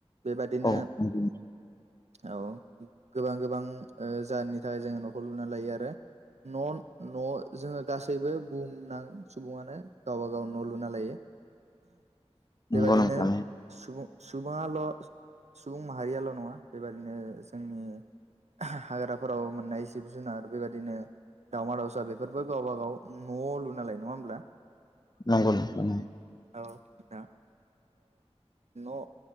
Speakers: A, on the right; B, on the left.
A: बेबादिनो
B: औ नंगौ
A: औ गोबां गोबां जाहोननि थाखाय जोङो न'खौ लुना लायो आरो न' न' जोङो गासैबो बुहुमनां सुबुङानो गावबा गाव न' लुना लायो
B: नंगौ
A: बेबादिनो
B: नोंथां
A: सुबुं सुबुङाल' सुबुं माहारियाल' नङा बेबादिनो जोंनि हाग्राफोराव मोननाय जिब जुनार बेबायदिनो दावमा दाावसा बेफोरबो गावबाागाव न'आव लुना लायो नङा होमब्ला।
B: नंगौ नोंथां।
A: औ ना ओ न'